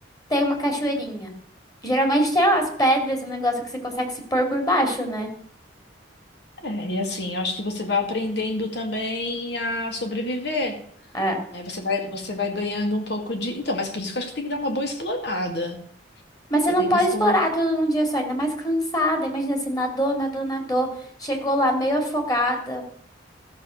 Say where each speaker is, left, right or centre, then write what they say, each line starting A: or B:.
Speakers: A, on the left; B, on the left.
A: tem uma cachoeirinha. Geralmente tem umas pedras, um negócio que você consegue se pôr por baixo, né?
B: É, e assim, eu acho que você vai aprendendo também a sobreviver.
A: É.
B: Aí você vai, você vai ganhando um pouco de. Então, mas por isso que eu acho que tem que dar uma boa explorada.
A: Mas
B: Você
A: você não
B: tem
A: pode
B: que explorar
A: explorar tudo num dia só, ainda mais cansada. Imagina, você nadou, nadou, nadou, chegou lá meio afogada.